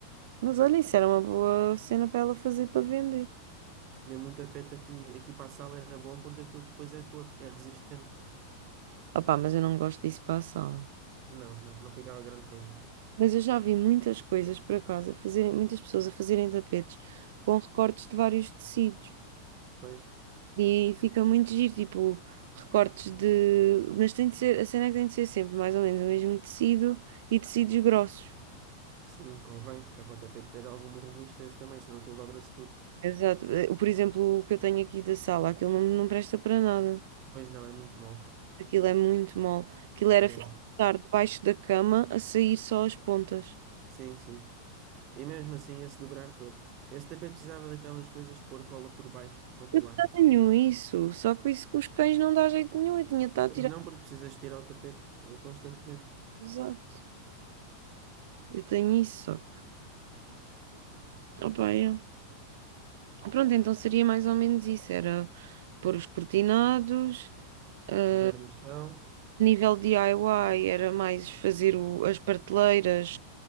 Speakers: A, on the right (about 55°); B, on the right (about 40°).
A: Mas olha, isso era uma boa cena para ela fazer para vender.
B: Mesmo um tapete aqui, aqui para a sala era bom porque aquilo depois é couro, é resistente.
A: Opá, mas eu não gosto disso para a sala.
B: Não, não, não ficava grande coisa.
A: Mas eu já vi muitas coisas por acaso, a fazerem, muitas pessoas a fazerem tapetes com recortes de vários tecidos.
B: Pois,
A: E fica muito giro, tipo, recortes de. Mas tem de ser, a cena é que tem de ser sempre mais ou menos o mesmo tecido e tecidos grossos.
B: sim, convém, que é para o tapete ter alguma robustez também, senão aquilo dobra-se tudo.
A: Exato. Eh, Por exemplo, o que eu tenho aqui da sala, aquilo não, não presta para nada.
B: Pois não, é muito mole.
A: Aquilo é muito mole. Aquilo era
B: Yeah.
A: estar debaixo da cama a sair só as pontas.
B: Sim, sim. E mesmo assim, se dobrar todo. Esse tapete precisava daquelas coisas de pôr cola por baixo para
A: Eu
B: colar.
A: tenho isso, só que isso com os cães não dá jeito nenhum. Eu tinha estado
B: Pois
A: a tirar.
B: não, porque precisas tirar o tapete eh, constantemente.
A: Exato. Eu tenho isso, só que. Opa, é. Pronto, então seria mais ou menos isso: era pôr os cortinados, ah,
B: Ver no chão,
A: a nível DIY era mais fazer o- as prateleiras